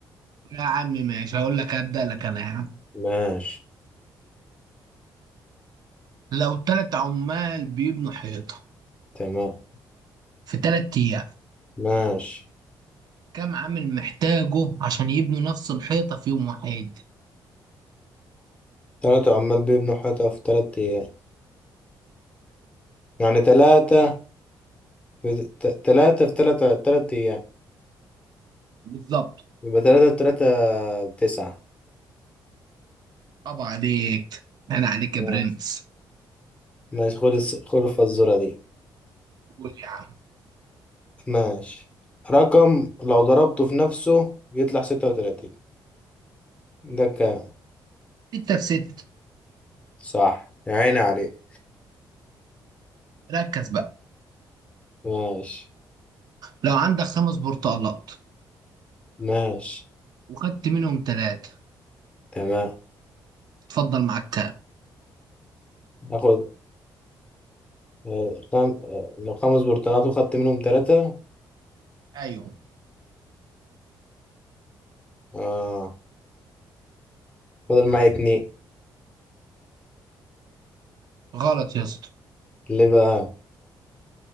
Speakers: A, on the right (about 55°); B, on the left (about 15°).
A: يا عم ماشي هقول لك ابدا لك انا يا عم
B: ماشي
A: لو تلات عمال بيبنوا حيطه
B: تمام
A: في تلات ايام
B: ماشي
A: كم عامل محتاجه عشان يبنوا نفس الحيطه في يوم واحد
B: تلاتة عمال بيبنوا حيطة في تلات ايام يعني تلاتة في ت- تلاتة في تلاتة تلات ايام
A: بالظبط
B: يبقى تلاتة في تلاتة بتسعة
A: طبعا عليك انا عليك
B: تمام.
A: يا برنس
B: ماشي خد الس- خد الفزورة دي
A: قول يا عم
B: ماشي رقم لو ضربته في نفسه يطلع ستة وتلاتين ذكاء
A: ستة في ستة
B: صح يا عيني عليك
A: ركز بقى
B: ماشي
A: لو عندك خمس برتقالات
B: ماشي
A: وخدت منهم تلاتة
B: تمام
A: اتفضل معاك كام
B: ناخد آه، خم... آه، لو خمس برتقانات وخدت منهم ثلاثة
A: ايوه
B: اه فضل معايا اتنين
A: غلط يا اسطى
B: ليه بقى